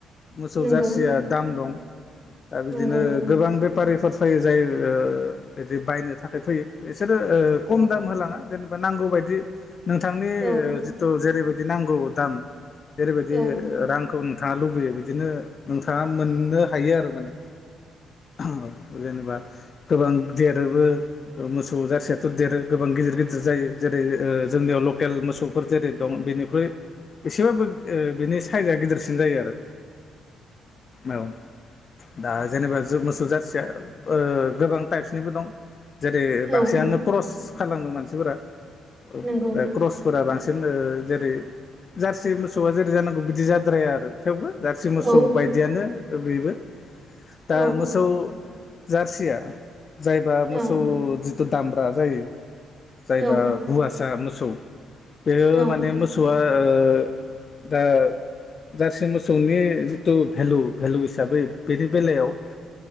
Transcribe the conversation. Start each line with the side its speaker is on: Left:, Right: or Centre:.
Left: मोसौ
Right: नंगौ
Left: जारसिया दाम दं। दा बिदिनो
Right: नंगौ
Left: गोबां बेपारिफोर फैयो जाय ओ बिदि बायनो थाखाय फैयो एस सोरो ओ
Right: औ
Left: खम दाम होलाङा जेनेबा नांगौ बायदि नोंथांनि
Right: औ
Left: ओ जिथु जेरैबायद दि नांगौ दाम जेरैबायदि
Right: औ
Left: ओ रांखौ नोंथ थाङा लुबैयो बिदिनो नोंथाङा मोननो हायो आरो माने औ जेनेबा गोबां देरोबो ओ मोसौ जारसियाथ' देरो गोबां गिदिर गिदिर जायो जेरै ओ जोंनियाव लकेल मोसौफोर जेरै दं बेनिख्रुइ एसेबाबो ओ बिनिस साइजआ गिदिरसिन जायो आरो मायाव दा जेनेबा जोब मोसौ जारसिया ओ गोबां टाइप्स निबो दं। जेरै
Right: औ
Left: बांसिनानो क्रस खालामो मानसिफोरा औ
Right: नंगौ
Left: बे क्रसफोरा बांस सिन ओ जेरै जारसि मोसौआ जेरै जानांगौ बिदि जाद्राया आरो थेवबो जारसि मोसौ
Right: औ
Left: बायदियानो ओ बेबो
Right: औ
Left: दा मोसौ जारसिया जायबा मोसौ
Right: औ
Left: जिथु दामब्रा जायो। जायबा
Right: औ
Left: हुवासा मोसौ बेयो
Right: औ
Left: माने मोसौआ ओ ओ दा जारसि मोसौनि जिटु भेलु भेलु हिसाबै बेनि बेलायाव